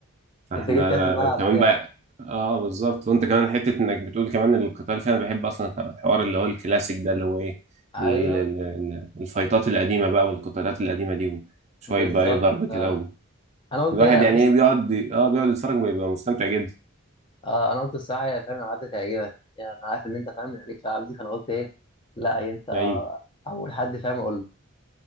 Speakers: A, on the right; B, on the left.
A: احنا
B: انت جيت كده
A: ده
B: في الملعب
A: كمان
B: بتاعي
A: بقى اه بالظبط وانت كمان حته انك بتقول كمان القتال فيها انا بحب اصلا الحوار اللي هو الكلاسيك ده اللي هو ايه
B: ايوه
A: ال- ال- ال- الفايتات القديمه بقى والقتالات القديمه دي وشويه
B: بالظبط
A: بقى ايه ضرب
B: اه
A: كده و...
B: انا قلت
A: الواحد
B: ايه
A: يعني
B: بص
A: ايه بيقعد ي- اه بيقعد يتفرج بيبقى مستمتع جدا
B: آه انا قلت الصراحه يا فاهم العاب دي تعجبك يعني انا عارف ان انت فاهم يعني ليك في العاب دي فانا قلت ايه لا هي انت
A: ايوه
B: اول حد فاهم اقول لك